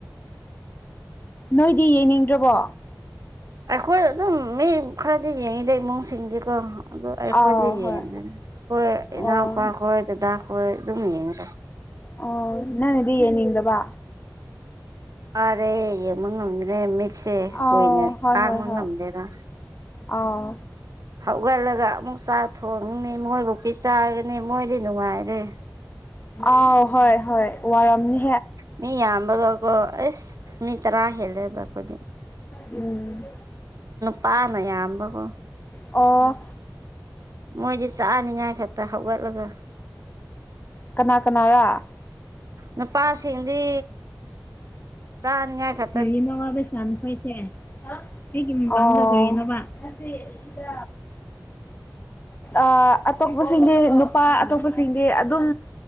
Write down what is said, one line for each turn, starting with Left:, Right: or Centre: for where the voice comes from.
Left: ꯅꯣꯏꯗꯤ ꯌꯦꯡꯅꯤꯡꯗ꯭ꯔꯕꯣ꯫
Right: ꯑꯩꯈꯣꯏ ꯑꯗꯨꯝ ꯃꯤ ꯈꯔ ꯑꯗꯨꯗꯤ ꯌꯦꯡꯉꯤꯗ ꯏꯃꯨꯡꯁꯤꯡꯗꯤꯀꯣ ꯑꯗꯣ ꯑꯩꯈꯣꯏꯖꯨ
Left: ꯑꯥꯎ
Right: ꯌꯦꯡꯒꯅꯤ
Left: ꯍꯣꯏ
Right: ꯑꯩꯈꯣꯏ ꯏꯅꯥꯎꯄꯥꯈꯣꯏ
Left: ꯑꯣ
Right: ꯗꯗꯥꯈ ꯍꯣꯏ ꯑꯗꯨꯝ ꯌꯦꯡꯏꯗ꯫
Left: ꯑꯣ ꯅꯪꯅꯗꯤ ꯌꯦꯡꯅꯤꯡꯗꯕ
Right: ꯐꯔꯦ ꯌꯦꯡꯕ ꯉꯝꯗ꯭ꯔꯦ ꯃꯤꯠꯁꯦ
Left: ꯑꯥꯎ
Right: ꯀꯨꯏꯅ
Left: ꯍꯣꯏ
Right: ꯄꯥꯡꯕ
Left: ꯍꯣꯏ ꯍꯣꯏ
Right: ꯉꯝꯗꯦꯗ
Left: ꯑꯥꯎ
Right: ꯍꯧꯒꯠꯂꯒ ꯑꯃꯨꯛ ꯆꯥꯛ ꯊꯣꯡꯒꯅꯤ ꯃꯣꯏꯕꯨ ꯄꯤꯆꯥꯔ ꯅꯤ ꯃꯣꯏꯗꯤ ꯅꯨꯡꯉꯥꯏꯔꯦ꯫
Left: ꯑꯥꯎ ꯍꯣꯏ-ꯍꯣꯏ ꯋꯥꯔꯝꯅꯤ꯫
Right: ꯃꯤ ꯌꯥꯝꯕꯒꯀꯣ ꯑꯩꯁ ꯃꯤ ꯇꯔꯥ ꯍꯦꯜꯂꯦꯕ ꯈꯣꯏꯗꯤ꯫
Left: ꯎꯝ
Right: ꯄꯥꯃꯌꯥꯝꯕꯀꯣ
Left: ꯑꯣ
Right: ꯃꯣꯏꯗꯤ ꯆꯥ ꯅꯤꯡꯉꯥꯏ ꯈꯛꯇ꯫ ꯍꯧꯒꯠꯂꯒ
Left: ꯀꯅꯥ-ꯀꯅꯥꯔꯥ
Right: ꯅꯨꯄꯥꯁꯤꯡꯗꯤ ꯆꯥꯅꯤꯉꯥꯏ ꯈꯛ
Left: ꯀꯔꯤꯅꯣ ꯑꯕꯦꯁꯅꯥ ꯅꯈꯣꯏꯁꯦ ꯑꯩꯒꯤ ꯃꯔꯝꯂ ꯀꯔꯤꯅꯣꯕꯥ ꯅꯠꯇꯦ ꯁꯤꯗꯥ
Right: <inaudible>
Left: ꯑ-ꯑꯇꯣꯞꯄꯁꯤꯡꯒꯤ ꯅꯨꯄꯥ ꯑꯇꯣꯞꯄꯁꯤꯡꯒꯤ ꯑꯗꯨꯝ